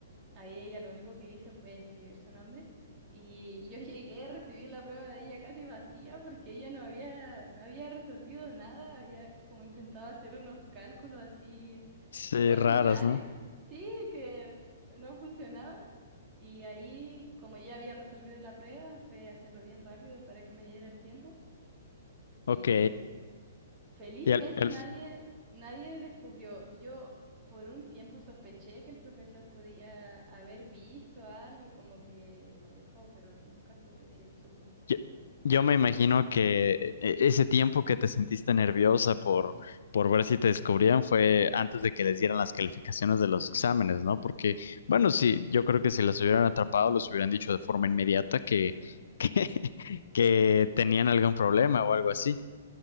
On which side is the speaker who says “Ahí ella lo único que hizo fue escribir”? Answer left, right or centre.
Right